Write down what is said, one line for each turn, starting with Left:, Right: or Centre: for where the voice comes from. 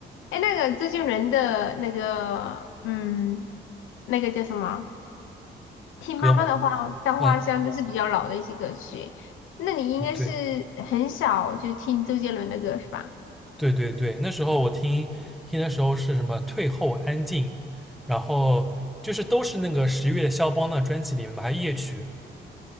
Left: 哎，那个周杰伦的那个，嗯，那个叫什么？听妈妈的话稻花香都是比较老的一些歌曲。
Centre: 歌嘛，嗯
Left: 那你应该是很小就听周杰伦的歌是吧？
Centre: 嗯对。对对对，那时候我听听的时候是什么退后安静，然后就是都是那个十月的肖邦的专辑里面嘛，还有夜曲。